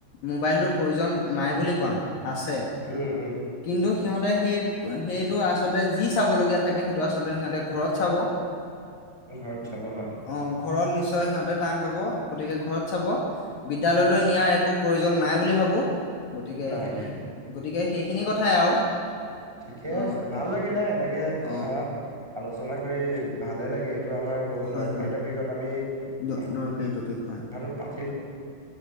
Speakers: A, on the left; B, in the centre.
A: মোবাইলটোৰ প্ৰয়োজন নাই বুলি কোৱা নাই আছে
B: উম, উম
A: কিন্তু সিহঁতে সেই সেইটো আচলতে যি চাবলগীয়া থাকে সেইটো আচলতে সিহঁতে ঘৰত চাব
B: ঘৰত চাব হয়
A: অ ঘৰত নিশ্চয় সিহঁতে টাইম পাব গতিকে ঘৰত চাব। বিদ্যালয়লৈ নিয়া একো প্ৰয়োজন নাই বুলি ভাবো গতিকে
B: নাই নাই
A: গতিকে সেইখিনি কথাই আৰু
B: ঠিকে
A: অ
B: আছে ভাল লাগিলে এনেকে কথা
A: অ
B: আলোচনা কৰি ভালে লাগে এইটো আমাৰ বহুত
A: হয়
B: দৰকাৰী
A: হয়
B: টপিকত আমি
A: দ
B: কথা
A: দৰকাৰী টপিক হয়
B: কথাটো পাতিলো